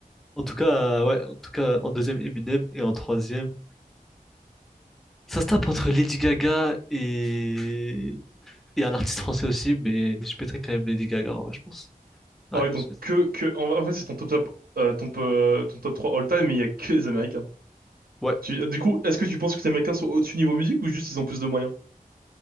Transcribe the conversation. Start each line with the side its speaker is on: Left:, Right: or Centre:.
Centre: En tout cas, euh, ouais, en tout cas, en deuxième Eminem et en troisième. Ça se tape entre Lady Gaga et, et un artiste français aussi, mais je mettrais quand même Lady Gaga, en vrai, je pense. Ouais,
Right: Oh, et donc
Centre: je-
Right: que que en, en fait, c'est ton top top euh, ton, euh, ton top 3 all time, mais il y a que les Américains.
Centre: ouais.
Right: Tu, du coup, est-ce que tu penses que les Américains sont au-dessus niveau musique ou juste ils ont plus de moyens?